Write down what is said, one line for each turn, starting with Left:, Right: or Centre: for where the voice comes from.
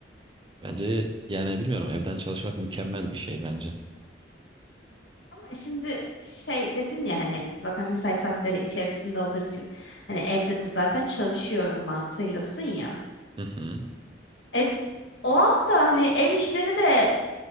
Right: Bence yani bilmiyorum evden çalışmak mükemmel bir şey bence.
Left: Ama şimdi şey dedin ya hani zaten mesai saatleri içerisinde olduğum için hani evde de zaten çalışıyorum mantığıylasın ya.
Right: Hı hı.
Left: E, o anda hani ev işleri de